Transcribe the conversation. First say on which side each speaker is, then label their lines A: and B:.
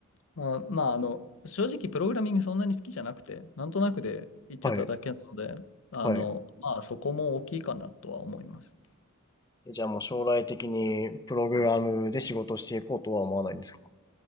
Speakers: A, on the left (about 65°); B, on the left (about 15°).
A: まあ、まあ、あの、正直プログラミングそんなに好きじゃなくて、なんとなくで行ってただけなので、
B: い、
A: あの、
B: はい。
A: まあ、そこも大きいかなとは思います。
B: えじゃあもう将来的にプログラムで仕事していこうとは思わないんですか